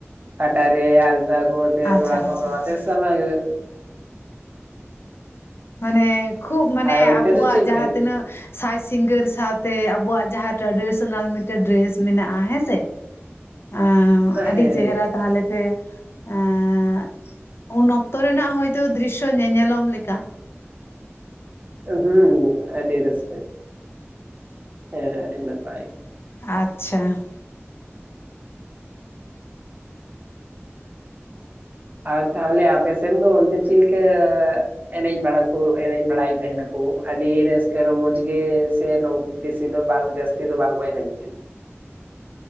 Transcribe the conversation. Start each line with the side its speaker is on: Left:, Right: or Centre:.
Right: ᱠᱟᱴᱟ ᱨᱮ ᱟᱞᱛᱟ ᱠᱚ ᱛᱮ
Left: ᱟᱪᱪᱷᱟ
Right: ᱛᱚᱲᱟ ᱠᱚ
Left: ᱟᱪᱪᱷᱟ
Right: ᱦᱚᱨᱚᱜ
Left: ᱟᱪᱪᱷᱟ
Right: ᱟᱛᱮ ᱥᱚᱢᱟᱹᱭ <inaudible>
Left: ᱢᱟᱱᱮ ᱠᱷᱩᱵ ᱢᱟᱱᱮ
Right: ᱟᱨ ᱚᱱᱛᱮ
Left: ᱟᱵᱚᱣᱟᱜ
Right: ᱫᱚ ᱪᱮᱫ ᱞᱮᱠᱟ
Left: ᱡᱟᱦᱟᱸ
Right: ᱦᱩᱭᱩᱜ
Left: ᱛᱤᱱᱟᱹᱜ
Right: ᱠᱟᱱᱟ
Left: ᱥᱟᱡᱽ ᱥᱤᱝᱜᱟᱹᱨ ᱥᱟᱶᱛᱮ ᱟᱵᱚᱣᱟᱜ ᱡᱟᱦᱟᱸ ᱴᱨᱟᱰᱤᱥᱚᱱᱟᱞ ᱢᱤᱫ ᱴᱮᱱ ᱰᱨᱮᱥ ᱢᱮᱱᱟᱜ-ᱟ ᱦᱮᱸ ᱥᱮ, ᱮᱸ ᱟᱹᱰᱤ
Right: ᱦᱮᱸ
Left: ᱪᱮᱦᱨᱟ ᱛᱟᱦᱚᱞᱮ ᱯᱮ ᱮᱸᱻ ᱩᱱ ᱚᱠᱛᱚ ᱨᱮᱱᱟᱜ ᱦᱳᱭᱛᱚ ᱫᱨᱤᱥ-ᱥᱚ ᱧᱮᱧᱮᱞᱚᱢ ᱞᱮᱠᱟ
Right: ᱦᱩᱸ ᱟᱹᱰᱤ ᱨᱟᱹᱥᱠᱟᱹ ᱜᱮ᱾ ᱦᱮᱸ ᱟᱹᱰᱤᱢ ᱱᱟᱯᱟᱭ ᱾
Left: ᱟᱪᱪᱷᱟ
Right: ᱟᱨ ᱛᱟᱦᱚᱞᱮ ᱟᱯᱮ ᱥᱮᱱ ᱫᱚ ᱩᱱᱛᱮ ᱪᱤᱫ ᱞᱮᱠᱟ? ᱮᱱᱮᱡ ᱵᱟᱲᱟ ᱠᱚ ᱮᱱᱮᱡ ᱵᱟᱲᱟᱭ ᱛᱟᱦᱮᱸᱱᱟᱠᱚ ᱟᱹᱰᱤ ᱨᱟᱹᱥᱠᱟᱹ ᱨᱚᱢᱚᱡ ᱜᱮ ᱥᱮ ᱱᱚ ᱵᱮᱥᱤ ᱫᱚ ᱵᱟᱝ ᱡᱟᱹᱥᱛᱤ ᱫᱚ ᱵᱟᱝ ᱠᱚ ᱮᱱᱮᱡ ᱛᱟᱦᱮᱱ